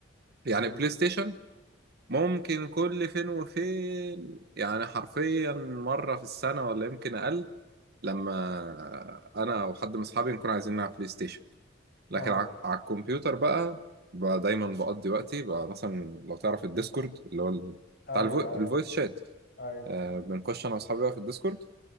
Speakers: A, on the right; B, on the left.
A: يعني
B: امم
A: بلاي ستيشن ممكن كل فين وفين يعني حرفيا مره في السنه ولا يمكن اقل لما انا وحد من اصحابي نكون عايزين نلعب بلاي ستيشن لكن
B: اه
A: على على الكمبيوتر بقى, بقى دايما بقضي وقتي بقى مثلا لو تعرف الديسكورد اللي هو ال-
B: ايوه
A: بتاع الفو... الفويس
B: ايوه
A: شات
B: ايوه
A: آه بنخش انا واصحابي بقى في الديسكورد